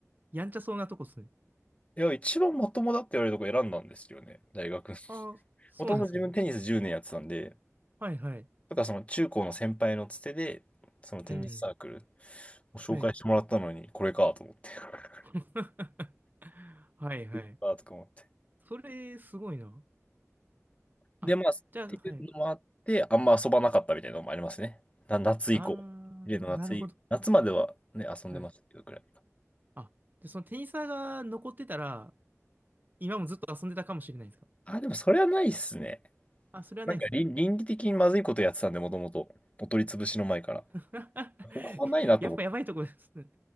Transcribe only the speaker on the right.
やんちゃそうなとこっすね。
ああ、そうなんですね。
はい、はい。
うん、
はい。
<laughs> <laughs> はいはい。
それ、すごいな。あ、
じゃあ、はい。
あー、
なるほど。
はい。
あ、じゃあそのテニサーが残ってたら、今もずっと遊んでたかもしれないですか
あ、それはないです。
<laughs>
やっぱやばいとこですね。<laughs> で